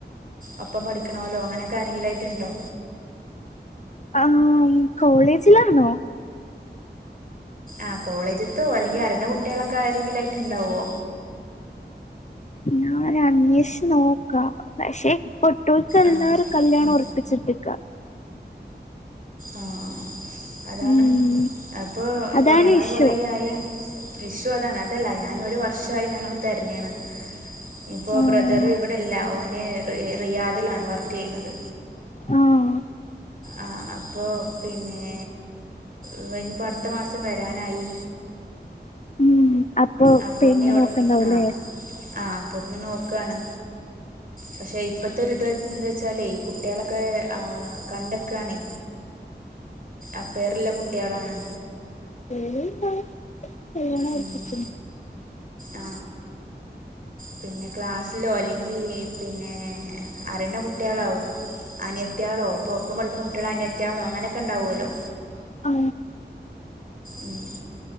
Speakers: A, on the right (about 50°); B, on the left (about 40°).
A: അപ്പം പഠിക്കണല്ലോ അങ്ങനെക്കെ ആരെങ്കിലുംയിട്ട് ഉണ്ടോ
B: ആഹ് കോളേജിലാണോ.
A: ആ കോളേജത്തോ അല്ലെങ്കി അറിയണ്ട കുട്ടികളൊക്കെ ഏതെങ്കിലും ആയിട്ട് ഉണ്ടാവോ
B: ഞാന് അന്വേഷച്ച് നോക്കാം പക്ഷേ പൊട്ടുമിക്കാല്ലാരും
A: ആഹ്
B: കല്യാണം
A: ഉം
B: ഒർപ്പിച്ചിട്ടിക്ക
A: ആഹ് അതാണ്
B: ഉം
A: അപ്പൊ ഇപ്പൊ
B: അതാണ്
A: ഞങ്ങള്
B: ഇഷ്യൂ
A: കൊറേ ആയി ഇഷ്യൂ അതാണ് അതല്ല ഞാനൊരു വർഷായി ഞങ്ങളെ തെര്ഞ്ഞീണ് ഇപ്പോ
B: ആഹ്
A: ബ്രദറ് ഇവിടെല്ല ഓന് റി റിയാദിലാണ് വർ കെയ്ണത്
B: ആഹ്
A: ആ അപ്പൊ പിന്നെ ഇവനിപ ട്ത്ത മാസം വരാനായി
B: ഉം അപ്പൊ
A: അപ്പോത്തി
B: പെണ്ണ്
A: ഇവ്ടെ
B: നോക്കണ്ടാവുല്ലേ
A: ആഹ് ആഹ് അപ്പോത്തി നോക്കാണ് പഷെ ഇപ്പ ത്തൊരുത് ഇത് എന്താ വെച്ചാലേ കുട്ട്യിളക്കെ ആ കണ്ടക്കാണെ അഫെയറില കുട് ട്ട്യാളാണ്
B: <unintelligible> കല്യാണോർപിച്ച്
A: ഉം ആ പിന്നെ ക്ലാസ്സിലോ അല്ലെങ്കി പിന്നെ അറുണ കുട്ട്യാളോ അനിയത്ത്യാളോ ഇപ്പൊ ഒപ്പം പഠിക്കിണ കുട്ട്യാളെ അനിയത്ത്യാളോ അങ്ങനെക്കെ ഇണ്ടാവോല്ലോ
B: ആ
A: ഉം